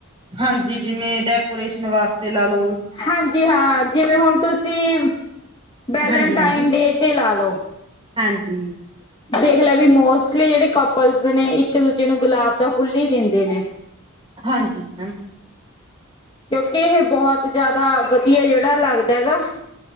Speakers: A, on the right; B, on the left.
A: ਹਾਂਜੀ, ਜਿਵੇਂ ਡੈਕੋਰੇਸ਼ਨ ਵਾਸਤੇ ਲਾਲੋ।
B: ਹਾਂਜੀ ਹਾਂ ਜਿਵੇਂ ਹੁਣ ਤੁਸੀਂ- ਵੈਲੇਨਟਾਈਨ
A: ਹਾਂਜੀ ਹਾਂਜੀ
B: ਡੇ ਤੇ ਲਾ ਲਓ।
A: ਹਾਂਜੀ
B: ਦੇਖ ਲੈ ਵੀ ਮੋਸਟਲੀ ਜਿਹੜੇ ਕਪਲਸ ਨੇ ਇੱਕ ਦੂਜੇ ਨੂੰ ਗੁਲਾਬ ਦਾ ਫੁੱਲ ਹੀ ਦਿੰਦੇ ਨੇ
A: ਹਾਂਜੀ ਹ।
B: ਕਿਉਂਕਿ ਏਹ ਬਹੁਤ ਜਆਦਾ ਵਧੀਆ ਜੇਹੜਾ ਲੱਗਦਾ ਹੈਗਾ।